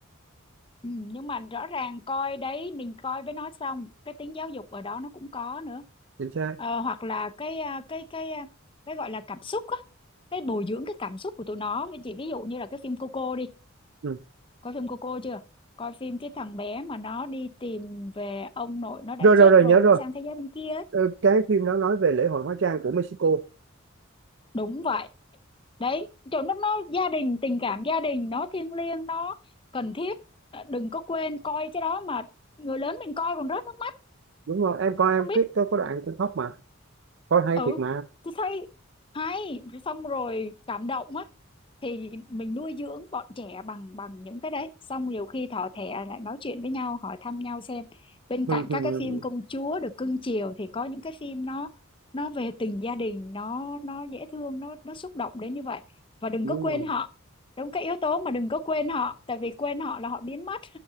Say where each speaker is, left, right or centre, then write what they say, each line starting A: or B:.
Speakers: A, on the left; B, on the right.
A: ừ, nhưng mà rõ ràng coi đấy mình coi với nó xong cái tính giáo dục ở đó nó cũng có nữa
B: chính xác
A: Ờ, hoặc là cái à, cái cái à, cái gọi là cảm xúc á cái bồi dưỡng cái cảm xúc của tụi nó Với chị ví dụ như là cái phim Coco đi
B: ừ.
A: coi phim Coco chưa coi phim cái thằng bé mà nó đi tìm về ông nội nó đã
B: rồi rồi
A: chết
B: rồi
A: rồi
B: nhớ rồi
A: để sang thế giới bên kia ấy.
B: Ờ, cái phim đó nói về lễ hội hóa trang của Mexico
A: đúng vậy đấy chỗ nó nó gia đình tình cảm gia đình nó thiêng liêng nó cần thiết Ờ, đừng có quên coi cái đó mà người lớn mình coi còn rớt nước mắt
B: đúng rồi em coi em
A: không biết
B: cái cái có đoạn cũng khóc mà coi hay
A: ừ
B: thiệt mà
A: tôi thấy hay xong rồi cảm động á thì mình nuôi dưỡng bọn trẻ bằng bằng những cái đấy xong nhiều khi thỏ thẻ lại nói chuyện với nhau hỏi thăm nhau xem bên
B: <laughs>
A: cạnh
B: đúng
A: các cái phim công chúa được cưng chiều thì có những cái phim nó nó về tình gia đình nó nó dễ thương nó nó xúc động đến như vậy và đừng
B: rồi
A: có quên họ đúng cái yếu tố mà đừng có quên họ tại vì quên họ là họ biến mất